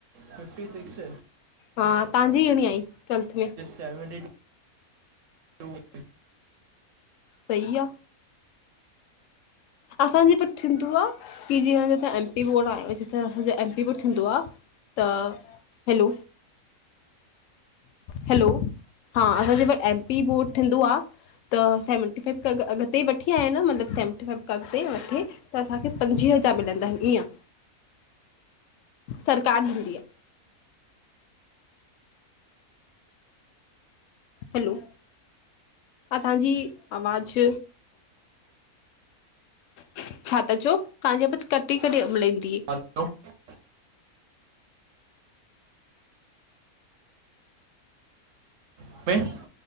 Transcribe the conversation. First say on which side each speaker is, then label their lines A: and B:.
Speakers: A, on the right (about 65°); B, on the left (about 65°).
A: Fifty six.
B: हा तव्हांजी घणी आई ट्वैेल्थ में?
A: Seventy two. टू
B: सही आ। असांजे वट थींदो आ, की जीअं एम पी बोर्ड आ जिते असांजो एम पी बोर्ड थींदो आ। त, हैलो हैलो, हा असांजे वट M P M P board थींदो आ, त सेवनटी फाइफ खां अॻिते वठी आहियां न मतलब सेवनटी फाइफ अॻिते वधे, त असांखे पंझवीह हजार मिलंदा ईअं। सरकार ॾिन्दी आ। हैलो हा तव्हांजी आवाज़ छा ता चओ तव्हांजी आवाज़ कटी कटी मिलेती
A: <inaudible> <unintelligible>